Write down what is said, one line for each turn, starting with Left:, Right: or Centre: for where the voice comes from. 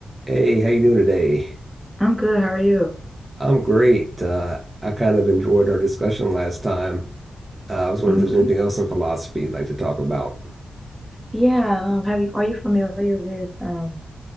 Right: Hey, how you doing today?
Centre: I'm good. How are you?
Right: I'm great. Uh, I kind of enjoyed our discussion last time. Uh, I was wondering
Centre: hmm
Right: if there's anything else in philosophy you'd like to talk about.
Centre: Yeah. Um, have you, are you familiar with um,